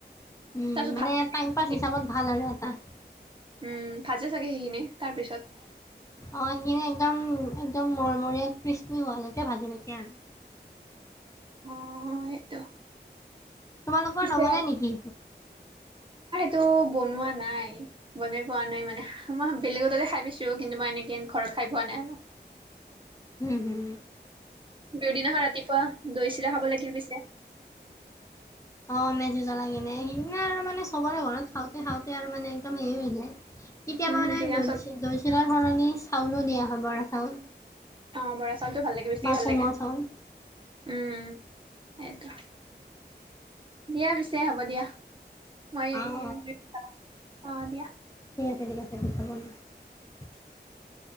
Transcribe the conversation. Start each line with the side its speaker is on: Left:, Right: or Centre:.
Left: উম
Right: তাৰপিছত
Left: মানে
Right: ভাত
Left: টাইম পাছ হিচাপত ভাল আৰু এটা।
Right: উম ভাজে চাগে সেইখিনি তাৰ পিছত।
Left: অ সেইখিনি একদম একদম মৰমৰীয়া ক্ৰিস্মী হোৱালৈকে ভাজি থাকে আৰু। <inaudible>
Right: অ সেইটো।
Left: তোমালোকৰ
Right: পিছে
Left: নবনাই নেকি?
Right: টো বনোৱা নাই বনাই পোৱা নাই মানে মই বেলেগৰ তাতে খাই পাইছো কিন্তু মই এনেকে ঘৰত। খাই পোৱা নাই আৰু।
Left: উম হুম।
Right: বিহু দিনাখন ৰাতিপুৱা দৈ চিৰা খাব লাগিল পিছে।
Left: অ মেজি জ্বলাই কিনে সেই দিনা আৰু মানে চবৰে ঘৰত খাওঁতে খাওঁতে আৰু মানে একদম হেৰি হৈ যায়। কেতিয়াবা
Right: উম
Left: মানে
Right: সেইদিনা
Left: দৈ
Right: চব
Left: দৈ চিৰাৰ সলনি চাউলো দিয়া হয় বৰা চাউল।
Right: অ বৰা চাউল চাউলটো ভাল লাগে বেছিয়ে
Left: বা
Right: ভাল
Left: কোমল
Right: লাগে
Left: চাউল
Right: উম উম সেইটো। দিয়া পিছে হ'ব দিয়া মই
Left: অ',
Right: দিম অঁ দিয়া।
Left: <unintelligible>
Right: <inaudible>